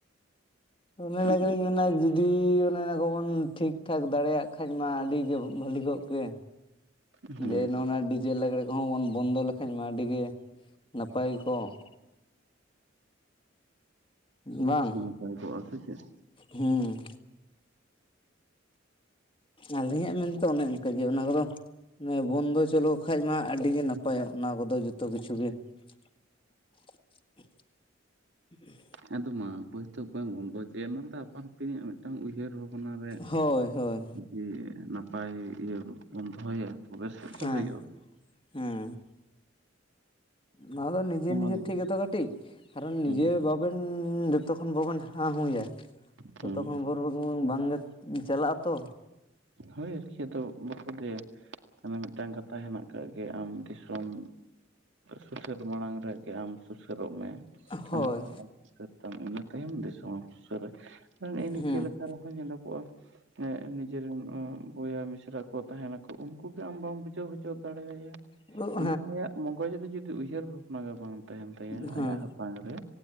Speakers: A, on the left; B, on the right.
A: ᱚᱱᱟ ᱞᱟᱹᱜᱤᱫ
B: ᱟᱫᱚ
A: ᱤᱧ ᱢᱮᱱᱟ ᱡᱩᱫᱤ ᱚᱱᱮ ᱚᱱᱟ ᱠᱚᱵᱚᱱ ᱴᱷᱤᱠ ᱴᱷᱟᱠ ᱫᱟᱲᱮᱭᱟᱜ ᱠᱷᱟᱡ ᱢᱟ ᱟᱹᱰᱤ ᱜᱮ ᱵᱷᱟᱹᱞᱤ ᱠᱚᱜ ᱠᱮ
B: ᱦᱮᱸ
A: ᱡᱮ ᱱᱚᱜ ᱱᱚᱣᱟ ᱰᱤ ᱡᱮ ᱞᱟᱜᱽᱲᱮ ᱠᱚᱦᱚᱸ ᱵᱚᱱ ᱵᱚᱱᱫᱚ ᱞᱮᱠᱷᱟᱡ ᱢᱟ ᱟᱹᱰᱤᱜᱮ ᱱᱟᱯᱟᱭ ᱠᱚᱜ ᱾ ᱵᱟᱝ
B: ᱱᱟᱯᱟᱭ ᱠᱚᱜᱼᱟ ᱥᱮ ᱪᱮᱫ
A: ᱦᱮᱸᱼᱼ ᱟᱹᱞᱤᱧᱟᱜ ᱢᱮᱱᱛᱚ ᱚᱱᱮ ᱚᱱᱠᱟ ᱜᱮ ᱚᱱᱟ ᱠᱚᱫᱚ ᱚᱱᱮ ᱵᱚᱱᱫᱚ ᱪᱚᱞᱚᱠ ᱠᱷᱟᱡ ᱢᱟ ᱟᱹᱰᱤ ᱜᱮ ᱱᱟᱯᱟᱭᱚᱜ ᱚᱱᱟ ᱠᱚᱫᱚ ᱡᱚᱛᱚ ᱠᱤᱪᱷᱩ ᱜᱮ <inaudible>
B: ᱮᱫᱚ ᱢᱟ ᱚᱠᱚᱭ ᱛᱚ ᱚᱠᱚᱭ ᱵᱚᱱ ᱫᱚ <unintelligible> ᱟᱹᱯᱤᱧᱟᱜ ᱢᱤᱫᱴᱟᱝ ᱩᱭᱦᱟᱹᱨ ᱵᱷᱟᱵᱽᱱᱟ ᱨᱮᱼᱼ
A: ᱦᱳᱭ ᱦᱳᱭ
B: ᱡᱮ ᱱᱟᱯᱟᱭ ᱤᱭᱟᱹ ᱵᱚᱱ ᱫᱚᱦᱚᱭᱟ <unintelligible>
A: ᱦᱮᱸ
B: ᱦᱩᱭᱩᱜᱼᱟ
A: ᱦᱮᱸ ᱱᱚᱣᱟ ᱫᱚ ᱱᱤᱡᱮ
B: ᱚᱱᱟ
A: ᱱᱤᱡᱮ
B: ᱫᱚ
A: ᱴᱷᱤᱠ ᱜᱮᱛᱚ ᱠᱟᱹᱴᱤᱡᱼᱼ ᱠᱟᱨᱚᱱ ᱱᱤᱡᱮ
B: ᱦᱮᱸ
A: ᱵᱟᱵᱮᱱ ᱡᱚᱛᱚ ᱠᱷᱚᱱ ᱵᱟᱵᱮᱱ ᱦᱟᱸ ᱦᱩᱸᱭᱟ ᱛᱚᱛᱚᱠᱷᱚᱱ
B: ᱦᱮᱸ
A: ᱵᱷᱳᱨᱼᱼ ᱵᱟᱝ ᱜᱮ ᱪᱟᱞᱟᱜᱼᱟ ᱛᱚ
B: ᱦᱳᱭ ᱟᱨᱠᱤ ᱟᱫᱚ ᱵᱟᱠᱚ ᱞᱟᱭᱟ ᱢᱟᱱᱮ ᱢᱤᱫᱴᱟᱝ ᱠᱟᱛᱷᱟ ᱦᱮᱱᱟᱜ ᱟᱠᱟᱜ ᱜᱮ ᱟᱢ ᱫᱤᱥᱚᱢ ᱥᱩᱥᱟᱹᱨ ᱢᱟᱲᱟᱝ ᱨᱮᱜᱮ ᱟᱢ ᱥᱩᱥᱟᱹᱨᱚᱜ ᱢᱮ
A: ᱦᱳᱭ
B: ᱟᱢᱟᱜ ᱥᱚᱢᱟᱡᱽ ᱥᱩᱥᱟᱹᱨ ᱛᱟᱢ ᱤᱱᱟᱹ ᱛᱟᱭᱚᱢ ᱫᱤᱥᱚᱢ ᱮᱢ ᱥᱩᱥᱟᱹᱨᱟ <unintelligible>
A: ᱦᱮᱸ
B: ᱨᱮᱦᱚᱸ ᱧᱮᱞᱚᱜᱚᱜᱼᱟ ᱮ ᱱᱤᱡᱮᱨᱮᱱ ᱵᱚᱭᱦᱟ ᱢᱤᱥᱨᱟᱼᱼ ᱜᱤᱫᱽᱨᱟᱹ ᱠᱚ ᱛᱟᱦᱮᱱᱟ ᱠᱚ ᱩᱱᱠᱩ ᱜᱮ ᱟᱢ ᱵᱟᱢ ᱵᱩᱡᱼᱼ ᱵᱩᱡᱷᱟᱣ ᱦᱚᱪᱚ ᱫᱟᱲᱮᱭᱟᱭᱟ
A: ᱦᱮᱸ
B: ᱩᱱᱤ ᱟᱭᱟᱜ <unintelligible> ᱨᱮ ᱡᱩᱫᱤ ᱩᱭᱦᱟᱹᱨ ᱵᱷᱟᱵᱱᱟᱼᱼ ᱢᱟᱜᱟ ᱵᱟᱝ ᱛᱟᱦᱮᱱ ᱛᱟᱭᱟ
A: ᱦᱮᱸ
B: ᱟᱭᱟᱜ ᱦᱟᱛᱟᱝ ᱨᱮ